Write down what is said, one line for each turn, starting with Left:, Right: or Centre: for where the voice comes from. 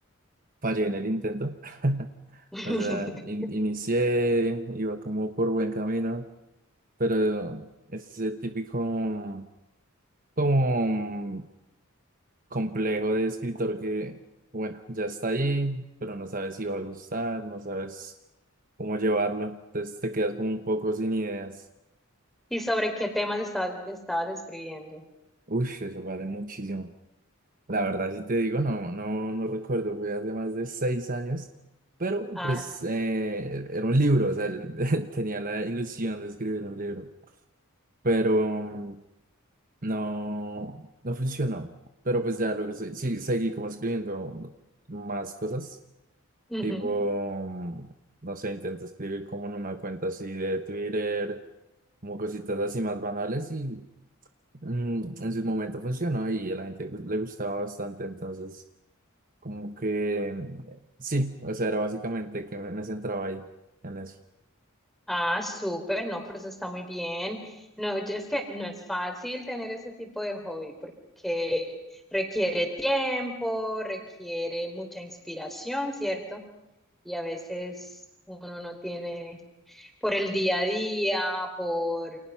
Right: fallé en el intento. <laughs>
Centre: <laughs>
Right: O sea, in- inicié, iba como por buen camino, pero ese típico como complejo de escritor que, bueno, ya está ahí, pero no sabes si va a gustar, no sabes cómo llevarlo. Entonces te quedas como un poco sin ideas.
Centre: ¿Y sobre qué temas estabas, estabas escribiendo?
Right: Uy, eso vale muchísimo. La verdad, si te digo, no, no, no recuerdo, fue hace más de seis años, pero
Centre: Ah,
Right: pues
Centre: sí.
Right: eh, era un libro, o sea, <laughs> tenía la ilusión de escribir un libro, pero mm, no, no funcionó. Pero pues ya lo que soy, sí, seguí como escribiendo más cosas
Centre: Ujú.
Right: Tipo, mm, no sé, intento escribir como en una cuenta así de Twitter, como cositas así más banales y mm, en su momento funcionó y a la gente gu- le gustaba bastante, entonces como que mm, sí, o sea, era básicamente que me, me centraba ahí en eso.
Centre: Ah, súper, no, por eso está muy bien. No, yo- es que no es fácil tener ese tipo de hobby porque requiere tiempo, requiere mucha inspiración, ¿cierto? Y a veces uno no tiene por el día a día, por...